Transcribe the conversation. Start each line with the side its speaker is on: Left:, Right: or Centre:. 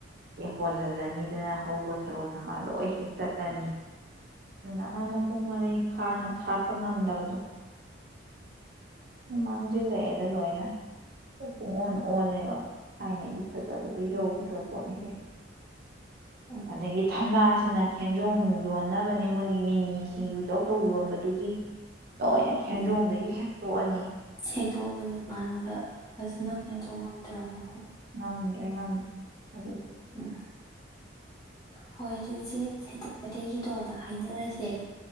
Right: ꯍꯣꯜꯍꯜꯂꯅꯤ ꯑꯗꯨꯅ ꯍꯧꯕ ꯊꯔꯣ ꯊꯝꯕ ꯂꯣꯏ ꯍꯦꯛꯛꯇꯠꯂꯅꯤ ꯑꯗꯨꯅ ꯑꯃ ꯃꯄꯨꯡ ꯃꯔꯩ ꯐꯥꯅ ꯁꯥꯠꯄ ꯉꯝꯗꯕꯗꯣ ꯃꯥꯡꯁꯤꯜꯂꯛꯑꯦꯗ ꯂꯣꯏꯅ ꯑꯣ ꯃꯣꯅ ꯑꯣꯜꯂꯦꯕ ꯊꯥꯏꯅꯒꯤ ꯐꯖꯕꯗꯨꯣ ꯌꯧꯗ꯭ꯔ ꯄꯣꯠꯅꯤ ꯀꯩꯁꯨ
Left: ꯎꯝ
Right: ꯑꯗꯒꯤ ꯊꯅꯥ ꯁꯤꯅ ꯈꯦꯟꯖꯣ ꯌꯣꯟꯅꯕꯅꯦ ꯃꯣꯏꯒꯤ ꯃꯤꯃꯤ ꯁꯤꯡꯖꯨ ꯇꯧ ꯇꯧ ꯌꯣꯟꯕꯗꯨꯒꯤ ꯂꯣꯏꯅ ꯈꯦꯟꯖꯣꯡꯗꯒꯤ
Left: ꯑꯣ
Right: ꯍꯦꯛꯇꯣꯛꯑꯅꯤ
Left: ꯍꯦꯛꯇꯣꯛꯑꯕꯅ ꯄꯥꯟꯕ ꯐꯖꯅ <unintelligible> ꯌꯥꯝꯁꯨ ꯉꯝꯗ꯭ꯔꯕꯣ
Right: ꯉꯝꯗꯔꯦ ꯉꯝꯘꯔꯦ ꯑꯗꯨ
Left: ꯎꯝ ꯍꯣꯏ ꯑꯥꯗꯣ ꯏꯆꯦ ꯁꯇ <unintelligible> ꯑꯇꯩꯒꯤꯗꯣ ꯑꯗ ꯍꯥꯏꯅꯔꯁꯦ